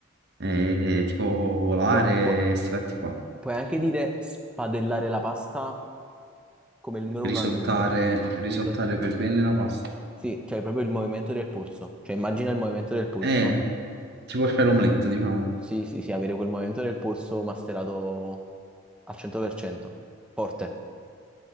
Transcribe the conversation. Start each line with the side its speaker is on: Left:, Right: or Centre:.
Right: eh, tipo volare,
Centre: No, pu-
Right: questi fatti qua,
Centre: puoi anche dire spadellare la pasta come il numero
Right: risottare,
Centre: uno al mondo.
Right: risottare
Centre: Riso-
Right: per bene la pasta.
Centre: sì, cioè proprio il movimento del polso. Cioè immagina il movimento del polso.
Right: Eh. Tipo il fai l'omelette, diciamo.
Centre: Sì, sì, sì, avere quel movimento del polso masterato al 100%. Forte.